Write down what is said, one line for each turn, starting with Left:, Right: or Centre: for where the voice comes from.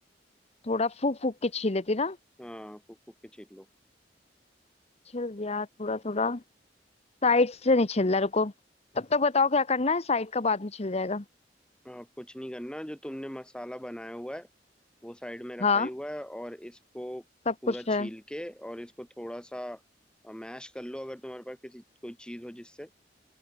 Left: थोड़ा फूक फूक के छील लेती ना
Centre: हाँ फूक फूक के छील लो
Left: छिल गया थोड़ा थोड़ा साइड से नहीं छिल रहा रुको तब तक बताओ क्या करना है साइड का बाद में छिल जाएगा
Centre: हाँ कुछ नहीं करना जो तुमने मसाला बनाया हुआ है वो साइड में रखा
Left: हाँ
Centre: ही हुआ है और इसको
Left: सब
Centre: पूरा
Left: कुछ
Centre: छील
Left: है
Centre: के और इसको थोड़ा सा मैश कर लो अगर तुम्हारे पास किसी कोई चीज़ हो जिससे